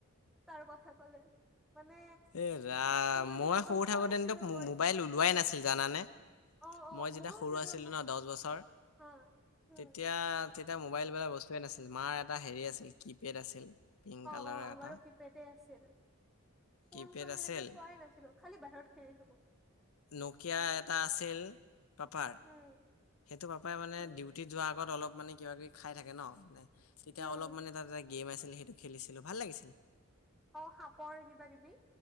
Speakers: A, in the centre; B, on the left.
A: তাৰ কথা কলে। মানে
B: এ ৰাম
A: ইমান
B: মই
A: দিনে গম
B: সৰু
A: পোৱা
B: থাকো
A: নাছিলো
B: তেন্তে মো
A: মই
B: মোবাইল ওলোৱাই নাছিল জানানে?
A: অ অ
B: মই যেতিয়া
A: মোৰো
B: সৰু
A: তেতিয়া
B: আছিলো
A: মই
B: ন দহ বছৰ
A: হা উম
B: তেতিয়া- তেতিয়া মোবাইল বোলা বস্তুয়ে নাছিল মাৰ এটা হেৰি আছিল কিপেড আছিল। পিংক
A: অঁ
B: কালাৰৰ
A: অঁ আমাৰো
B: এটা
A: কিপেডে আছিল। ফোন
B: কিপেড
A: চোন সেনেকে
B: আছিল
A: চোৱাই নাছিলো খালি বাহিৰত খেলি থাকো।
B: নকিয়া এটা আছিল পাপাৰ-
A: উম
B: সেইটো পাপাই মানে
A: উম
B: ডিউটিত যোৱাৰ আগত অলপ মানে কিবা কিবি খাই থাকে ন মানে- তেতিয়া
A: উম
B: অলপ মানে তাত এটা গেম আছিল সেইটো খেলিছিলো ভাল লাগিছিল।
A: অঁ সাপৰ কিবা কিবি